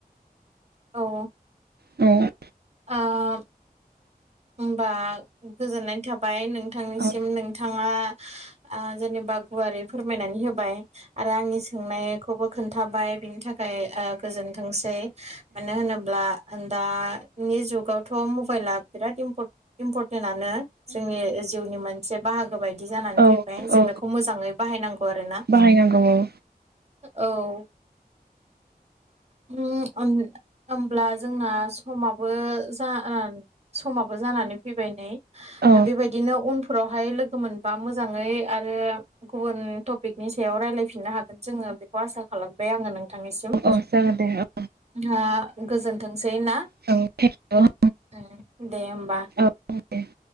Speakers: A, on the right; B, on the right.
A: औ
B: औ
A: ओम होमबा गोजोननाय थाबाय नों नोंथांनिसिम
B: औ
A: नोंथाङा ओ जेनेबा गुवारै फोरमायनानै होबाय आरो आंनि सोंनायखौबो खोन्थाबाय बिनि थाखाय ओ गोजोनथोंसै। मानो होनोब्ला ओं दा बे जुगावथ' मबाइला बिराद इम्पर-इम्परटेन्टनानो जोंनि जिउनि मोनसे बाहागो बायदि जानानै
B: औ
A: फैबाय
B: औ
A: जों बेखौ मोजाङै बाहायनांगौ आरोना
B: बाहायनांगौ औ।
A: औ ओम-ओम होमब्ला जोंना समा बो‌ ओ जाहोन समाबो जानानै फैबाय नै
B: औ
A: बेबायदिनो उनफोराव बेहाय लोगो मोनबा मोजाङै आरो गुबुन टपिकनि सायाव रायलायफिननो हागोन जोङो बेखौ आसा खालामबाय आङो नोंथांनिसिम
B: औ जागोन दे औ
A: ना गोजोनथोंसै ना।
B: <unintelligible>
A: उम दे होमबा।
B: <unintelligible>